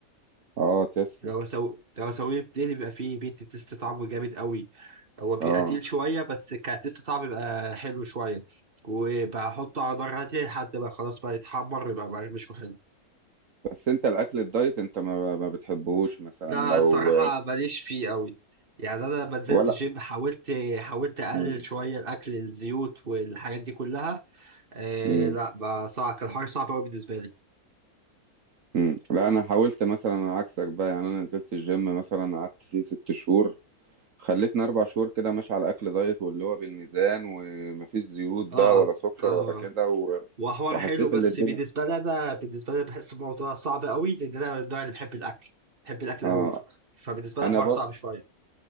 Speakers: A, on the right; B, on the right.
A: اه تسلم
B: لو هسوي لو هسويه بدهن بيبقى فيه بيدي تيست طعمه جامد قوي هو بيبقى
A: اه
B: تقيل شويه بس كتيست طعم بيبقى حلو شويه وبحطه على نار هاديه لحد ما خلاص بقى يتحمر ويبقى مقرمش وحلو
A: بس انت الاكل الدايت انت ما ما بتحبهوش مثلا
B: ده
A: لو
B: الصراحه ماليش فيه قوي يعني انا لما نزلت
A: ولا
B: الجيم حاولت حاولت اقلل
A: مم.
B: شويه الاكل الزيوت والحاجات دي كلها آه
A: مم.
B: لا بقى صعب كان حوار صعب قوي بالنسبه لي
A: مم. لا انا حاولت مثلا عكسك بقى يعني انا نزلت الجيم مثلا قعدت فيه ست شهور خلتني اربع شهور كده ماشي على اكل دايت واللي هو بالميزان ومفيش زيوت بقى
B: اه
A: ولا سكر
B: اه
A: ولا كده و...
B: وحوار
A: وحسيت
B: حلو بس
A: ان الدنيا
B: بالنسبه لي انا بالنسبه لي بحس الموضوع صعب قوي لان انا من النوع اللي بحب الاكل بحب الاكل
A: اه
B: قوي فبالنسبه لي
A: انا
B: الحوار
A: بر...
B: صعب شويه